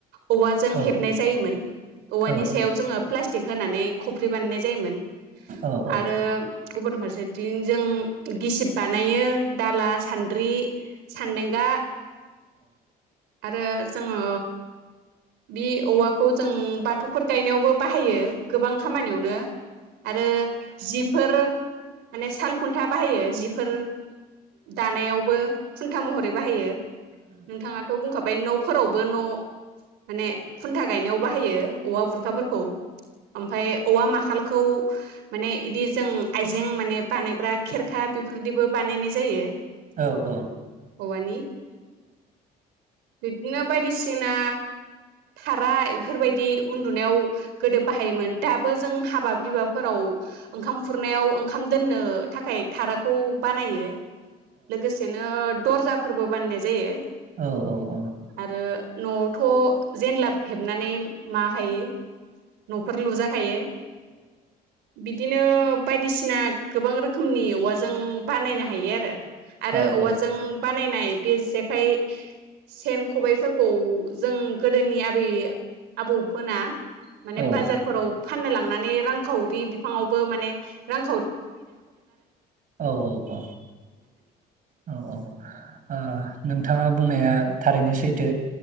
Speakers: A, on the right; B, on the right.
A: औवाजों
B: औ
A: हेबनाय जायोमोन औवानि
B: औ
A: सायाव जोङो प्लास्टिक थिग होनानै खफ्रि बानायनाय जायोमोन।
B: औ औ
A: आरो गुबुन फारसेथिं जों गिसिब बानायो, दाला, सान्द्रि, सान्दांगा आरो जोङो बि औवाखौ जों बाथौफोर गायनायावबो बाहायो। गोबां खामानियावनो आरो जिफोर माने साल खुन्था बाहायो जि बेफोर दानायावबो खुन्था महरै बाहायो नोंथाङाथ' बुंखाबाय न'फोराव, बोन न' माने खुन्था गायनायाव बाहायो औवा बुरखाफोरखौ ओमफ्राय औवा माखाला खौ माने इदि जों आइजें माने बानायग्रा खेरखा बेफोरदिबो बानायनाय जायो।
B: औ औ
A: औवानि बिब्दिनो बायदिसिना थारा बेफोरबायदि उन्दुनायाव गोदो बाहायोमोन दाबो जों हाबा बिबाफोराव ओंखाम खुरनायाव ओंखाम दोननो थाखाय थाराखौ बानायो, लोगोसेनो दर्जा फोरबो बाननाय जायो,
B: औ औ औ।
A: आरो न'आवथ' जेनला हेबनानै माहायो, न'फोर लुजाखायो बिदिनो बायदिसिना गोबां रोखोमनि औवाजों बानायनो हायो आरो आरो
B: औ
A: औवाजों बानायनाय बे जेक ओमफ्राय सेन खबायफोरखौ जों गोदोनि आबै आबौमोना, माने बाजारफोराव
B: औ
A: फाननो लांनानै रांखावरि फाङावबो माने रां
B: औ औ औ औ औ आ नोंथाङा बुंनाया, थारैनो सैथो